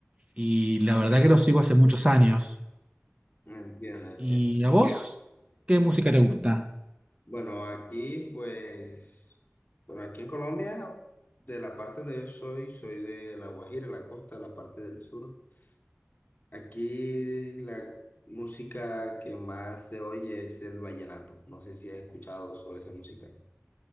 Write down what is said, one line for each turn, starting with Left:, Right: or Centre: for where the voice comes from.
Right: y la verdad que lo sigo hace muchos años.
Left: entiendo, entiendo.
Right: ¿Y a vos? ¿Qué música te gusta?
Left: Bueno, aquí pues, bueno, aquí en Colombia, de la parte donde yo soy, soy de La Guajira, la costa, la parte del sur. Aquí la música que más se oye es el vallenato. No sé si has escuchado sobre esa música.